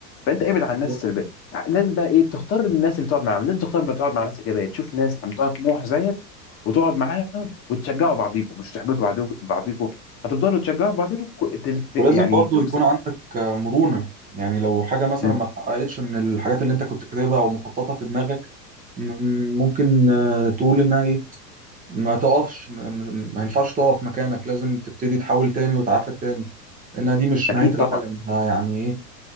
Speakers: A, on the left (about 25°); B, on the right (about 15°).
A: فانت ابعد عن
B: بالظبط
A: الناس السلبيه لازم بقى ايه تختار الناس اللي تقعد معاهم لازم تختار ما تقعد مع ناس ايجابيه تشوف ناس عندها طموح زيك وتقعد معاهم وتشجعوا بعضيكم مش تحبطوا بعضيكم بعضيكم هتفضلوا تشجعوا بعضيكم ك- تل- ت-
B: ولازم
A: يعني
B: برضو
A: تجزأ
B: يكون عندك آه، مرونة يعني لو حاجة مثلا
A: مم.
B: ما اتحققتش من الحاجات اللي انت كنت كاتبها او مخططها في دماغك م- ممكن آه، تقول انها ايه ما تقفش م- م- ما ينفعش تقف مكانك لازم تبتدي تحاول تاني وتعافر تاني لانها دي مش
A: اكيد
B: نهاية
A: طبعا
B: العالم ده يعني ايه